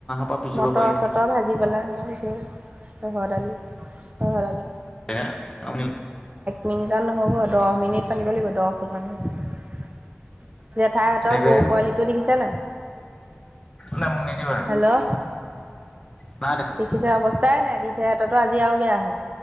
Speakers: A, on the left; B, on the right.
A: পৰা পিচিব
B: মটৰ
A: পাৰি
B: চটৰ ভাজি পেলাই এনেকছি ৰহৰ দালি ৰহৰ দালি।
A: এ আমনি
B: মিনিটান নহ'ব দহ মিনিট পাতিব লাগিব দহ মিনিট। জেঠাই হঁতৰ
A: দেবেন
B: গৰু পোৱালিটো দেখিছে নে নাই?
A: নে মোক নিদিবা
B: হেল্ল'।
A: নাই দেখা
B: দেখিছে অৱস্থাই নাই দিছে। <unintelligible> ও বেয়া হল